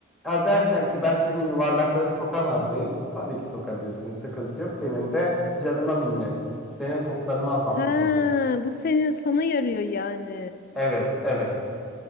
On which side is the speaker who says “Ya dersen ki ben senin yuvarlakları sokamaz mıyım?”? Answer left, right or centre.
Centre